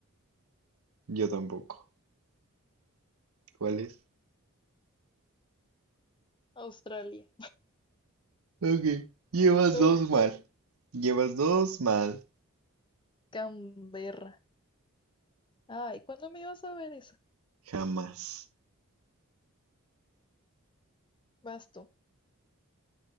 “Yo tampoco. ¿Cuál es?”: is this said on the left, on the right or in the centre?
Right